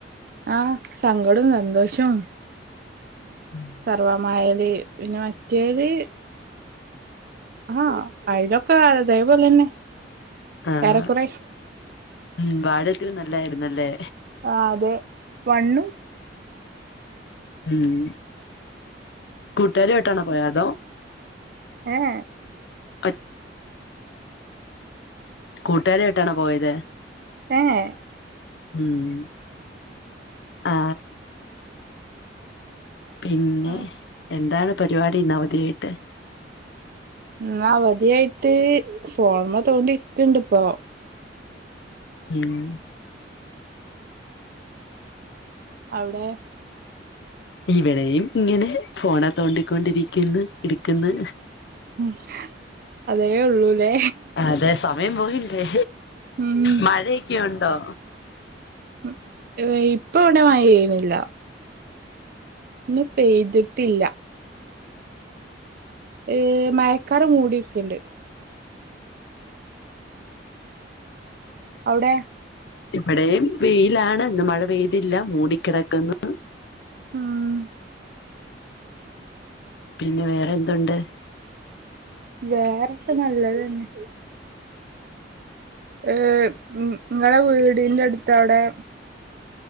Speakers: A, on the right (about 55°); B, on the left (about 65°).
A: ആഹ്, സങ്കടോം സന്തോഷോം
B: <inaudible>
A: സർവ്വം മായെല്. പിന്നെ, മറ്റേല് ആ, അയിലൊക്കെ അതേപോലെന്നെ.
B: ആഹ്.
A: ഏറെക്കുറെ
B: ഉം, വാഴ റ്റു നല്ലായിരുന്നല്ലേ?
A: ആ അതെ, വണ്ണും
B: ഉം. കൂട്ടുകാരുയായിട്ടണോ പോയെ? അതോ
A: ഏ യെ
B: ഒ കൂട്ടാരായിട്ടാണോ പോയത്?
A: ഏയെ
B: ഉം, <inaudible> ആ പിന്നെ,
A: ആ
B: എന്താണ് പരിപാടി? ഇന്നവധിയായിട്ട്?
A: ന്ന് അവധിയായിട്ട്, ഫോൺമ്മേ തോണ്ടിട്ട്ണ്ട് ഇപ്പൊ
B: <unintelligible>
A: അവ്ടെ?
B: ഇവിടെയും ഇങ്ങനെ, ഫോണെ തോണ്ടിക്കൊണ്ടിരിക്കുന്ന്. ഇരിക്കുന്ന്
A: <unintelligible> അതേ ഉള്ളൂല്ലേ?
B: അതെ സമയം പോയില്ലേ?
A: ഉം ഉം.
B: മഴയൊക്കെയുണ്ടോ?
A: <unintelligible> ഇപ്പൊ വിടെ മഴയ്യ്ണില്ല. ന്ന് പെയ്തിട്ടില്ല. ഏ.. മയക്കാറ് മൂടിക്ക്ണ്ട്. അവ്ടെ?
B: ഇവിടെയും വെയിലാണ്. ഇന്ന് മഴ പെയ്തില്ല. മൂടിക്കിടക്കുന്നു.
A: ആമ്മ്
B: പിന്നെ, വേറെ എതുണ്ട്?
A: വേറെക്കെ നല്ലതന്നെ. <unintelligible> ങ്ങളെ വീടിന്റെ അടുത്ത് അവിടെ